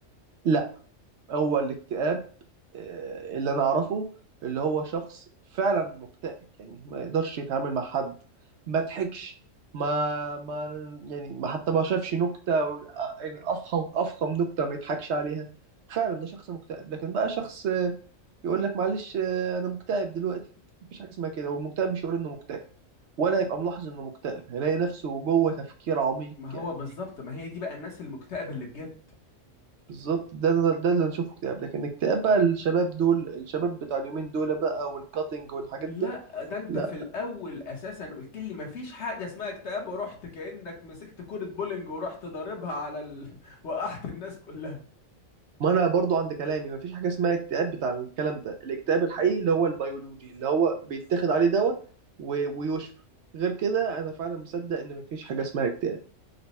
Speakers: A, on the right; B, on the left.
A: لا هو الاكتئاب آه، اللي انا اعرفه اللي هو شخص فعلا مكتئب يعني ما يقدرش يتعامل مع حد ما ضحكش ما ما يعني ما حتى ما شافش نكتة أو- آه، يعني افخم افخم نكتة ما يضحكش عليها فعلا ده شخص مكتئب لكن بقى شخص آه، يقول لك معلش آه، انا مكتئب دلوقتي مفيش حاجه اسمها كده والمكتئب مش هيقول انه مكتئب ولا يبقى ملاحظ انه مكتئب هيلاقي نفسه جوه تفكير عميق
B: ما هو
A: يعني
B: بالظبط ما هي دي بقى الناس المكتئبة اللي بجد
A: بالظبط ده ده اللي نشوفه اكتئاب لكن اكتئاب بقى الشباب دول الشباب بتاع اليومين دول بقى والكاتنج والحاجات
B: لا
A: ده
B: ده انت
A: لا
B: في الاول اساسا قلت لي ما فيش حاجة اسمها اكتئاب ورحت كأنك مسكت كورة بولينج ورحت ضاربها على ال... <laughs> وقعت الناس كلها
A: ما انا برضو عند كلامي مفيش حاجه اسمها اكتئاب بتاع الكلام ده الاكتئاب الحقيقي اللي هو البيولوجي اللي هو بيتاخد عليه دواء و- ويشفى غير كده انا فعلا مصدق ان مفيش حاجه اسمها اكتئاب